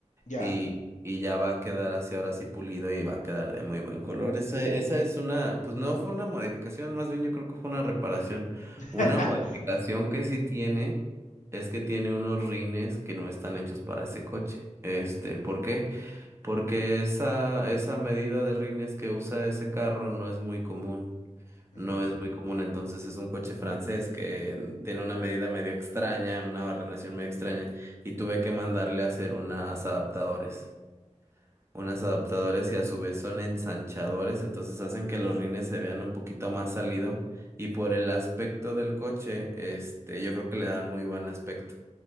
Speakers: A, on the left; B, on the right.
A: Ya.
B: y, y ya va a quedar así ahora sí pulido y va a quedar de muy buen color. Esa, esa es una, pues no fue una modificación, más bien yo creo que fue una reparación.
A: <laughs>
B: Una modificación que sí tiene es que tiene unos rines que no están hechos para ese coche. Este, ¿por qué? Porque esa, esa medida de rines que usa ese carro no es muy común.
A: Ujú,
B: No es muy común, entonces es un coche francés que tiene una medida medio extraña, una barrenación medio extraña, y tuve que mandarle a hacer unas adaptadores. Unas adaptadores y a su vez son ensanchadores, entonces hacen que los rines se vean un poquito más salido, y por el aspecto del coche, este, yo creo que le dan muy buen aspecto.